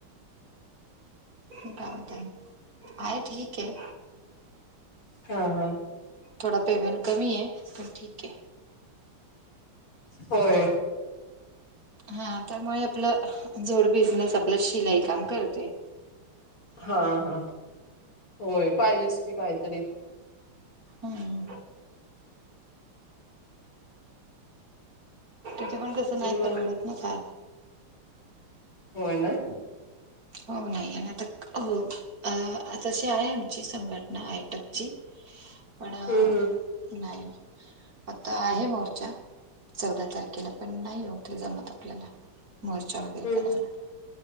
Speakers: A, on the right; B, on the left.
A: हो का होता. आहे ठीक आहे.
B: हा हा.
A: थोडा पेमेंट कमी आहे, पण ठीक आहे.
B: होय.
A: हा त्यामुळे आपलं झोड बिझनेस आपलं शिलाई काम करते.
B: हा, हा, होय पाहिजेच की काहीतरी.
A: हम्म <inaudible>
B: आणि मग,
A: परवडत ना फार
B: होय ना.
A: हो नाही. आणि आता हो अ आ तशी आहे. आमची संघटना आयटकची पण
B: हम्म हम्म
A: नाही. आता आहे मोर्चा चौदा तारखेला पण नाही. होत जमत आपल्याला. मोर्चा वगैरे
B: हम्म
A: करायला.